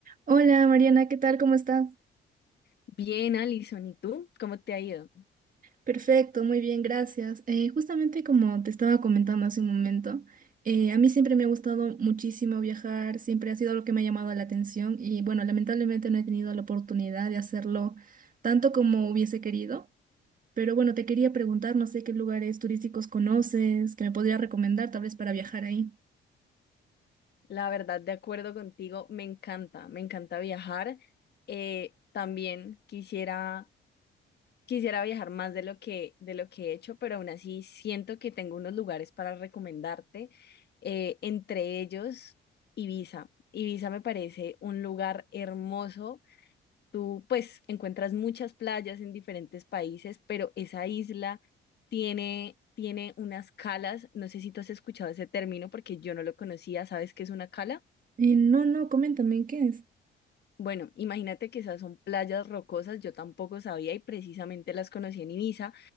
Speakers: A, on the right; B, on the left.
A: Hola Mariana, ¿qué tal? ¿Cómo estás?
B: Bien, Alison, ¿y tú? ¿Cómo te ha ido?
A: Perfecto, muy bien, gracias. Eh, justamente como te estaba comentando hace un momento, eh, a mí siempre me ha gustado muchísimo viajar, siempre ha sido algo que me ha llamado la atención y bueno, lamentablemente no he tenido la oportunidad de hacerlo tanto como hubiese querido, pero bueno, te quería preguntar, no sé qué lugares turísticos conoces, que me podría recomendar tal vez para viajar ahí.
B: La verdad, de acuerdo contigo, me encanta, me encanta viajar. Eh, también quisiera, quisiera viajar más de lo que, de lo que he hecho, pero aún así siento que tengo unos lugares para recomendarte, eh, entre ellos Ibiza. Ibiza me parece un lugar hermoso Tú pues encuentras muchas playas en diferentes países, pero esa isla tiene, tiene unas calas. No sé si tú has escuchado ese término porque yo no lo conocía. ¿Sabes qué es una cala?
A: Eh, no, no, coméntame, ¿qué es?
B: Bueno, imagínate que esas son playas rocosas, yo tampoco sabía y precisamente las conocí en Ibiza